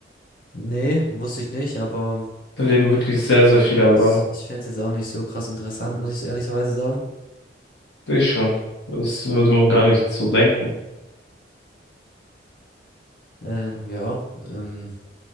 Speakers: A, on the left; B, on the left.
A: Nee, wusste ich nicht, aber
B: Da leben wirklich sehr, sehr viele Albaner.
A: s- ich fände es jetzt auch nicht so krass interessant, muss ich so ehrlicherweise sagen.
B: Ich schon. Das würde man gar nicht so denken.
A: Ähm, ja. Ähm,